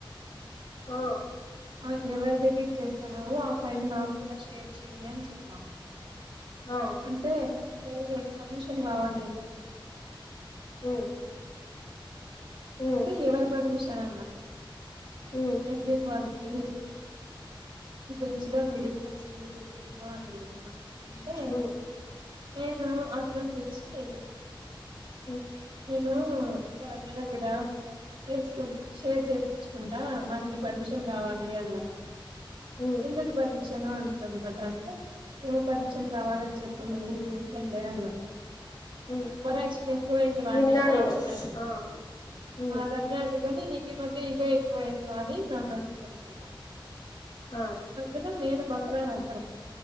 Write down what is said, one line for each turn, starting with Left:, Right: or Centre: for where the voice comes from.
Left: హ
Right: ఆ ఎవరిది ఎడిట్ చేస్తాన్నవో ఆ ఫైల్ నాకు కూడా షేర్ చెయ్యి అని చెప్ప
Left: ఆ
Right: అంటే అ పర్మిషన్ కావాలేమో
Left: ఉ ఉ ఉ
Right: అంటే ఎవరి పర్మిషన్ అన్న
Left: ఉ ఉ
Right: రెస్యూమ్ వాళ్ళకి ఈ బెంచ్లో మిడిల్ పర్సన్ సినిమా అని అంటే
Left: ఉ
Right: నేను ఆ పిల్లని పిల్చి
Left: ఉ
Right: ను రమ్య దగ్గర చేసుకు షేర్ చెప్పిచ్చుకుంటా నాకు పర్మిషన్ కావాలి అన్న
Left: ఉ
Right: ఎందుకు పర్మిషన్ అన్నింది అన్నమాట అంటే ఏమి పర్మిషన్ కావాలని చెప్ ఎందుకు నీ ఫ్రండే అన్నా
Left: ఉ
Right: ఓవర్ యాక్షన్ ఎక్కువైంది వాన్ని
Left: విన్నా
Right: అని
Left: నేను
Right: ఆపిల్ల అన్నింది
Left: ఆ ఉ
Right: ఆ రమ్య ఉండుకొని నీకి ఈ మధ్య ఇగో ఎక్కువై వాణి నన్ను అన్నింది అన్నమాట
Left: ఆ
Right: మధ్యలో నేన్ బకరాని అయిపోయిన